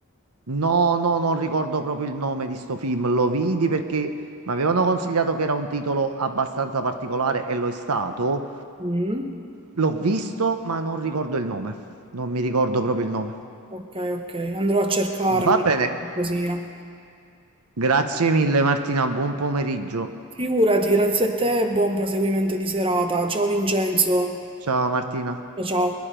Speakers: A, on the right; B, on the right.
A: no, no, non ricordo proprio il nome di sto film. Lo vidi perché mi avevano consigliato che era un titolo abbastanza particolare e lo è stato.
B: Mm.
A: L'ho visto, ma non ricordo il nome. Non mi ricordo proprio il nome.
B: Ok, ok, andrò a cercarmi
A: Va bene.
B: qualcosina.
A: Grazie mille Martina, buon pomeriggio.
B: Figurati, grazie a te e buon proseguimento di serata. Ciao Vincenzo.
A: Ciao Martina.
B: Ciao ciao.